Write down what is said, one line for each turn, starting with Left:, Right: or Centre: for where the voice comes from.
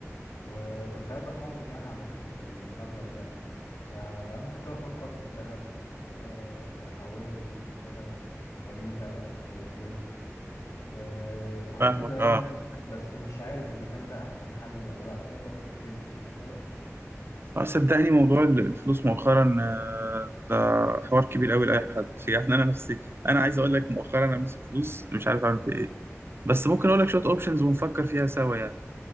Left: وكنت عايز احافظ يعني على قيمة المبلغ ده فانا كنت بفكر في الذهب آه، احوله ل- مثلا سبيكة او سبيكتين آه، وهكذا
Right: فاهمك اه
Left: يعني بس مش عارف إذا كان ده أحسن حل ولا لأ تقدر تفيدني في الموضوع ده
Right: اه صدقني موضوع ال- الفلوس مؤخرا آه، ده حوار كبير قوي لاي حد يعني انا نفسي انا عايز اقول لك مؤخرا انا ماسك فلوس مش عارف اعمل فيها ايه بس ممكن اقول لك شويه اوبشنز ونفكر فيها سوا يعني